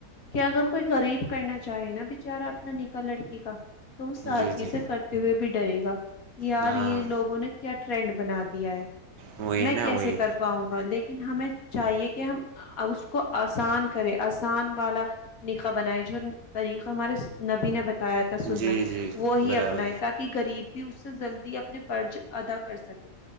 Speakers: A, on the left (about 60°); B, on the right (about 85°).
A: کہ اگر کوئی غریب کرنا چاہے نا بچارا اپنا نکاح لڑکی کا تو وہ سادگی
B: جی جی
A: سے کرتے ہوئے بھی ڈرے گا کہ یار
B: ہاں
A: یہ لوگوں نے کیا ٹرینڈ بنا دیا ہے
B: وہی
A: میں
B: نا
A: کیسے
B: وہی
A: کر پاؤں گا لیکن ہمیں چاہیے کہ ہم اس کو آسان کرے آسان والا نکاح بنائے جو طریقہ ہمارے نبی نے بتایا تھا سنت
B: جی جی
A: وہی
B: برابر
A: اپنائے تاکہ غریب بھی اس سے جلدی اپنے فرج ادا کر سکے